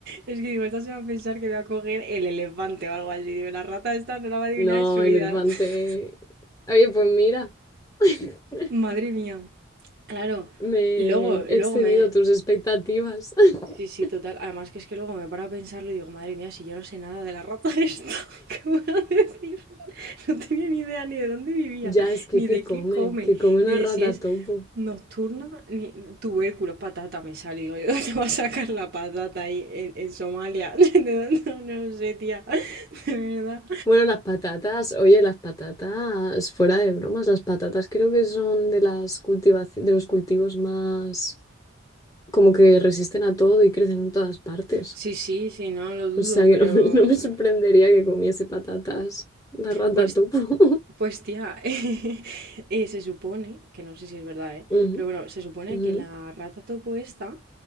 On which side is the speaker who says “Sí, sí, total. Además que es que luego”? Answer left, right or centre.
Right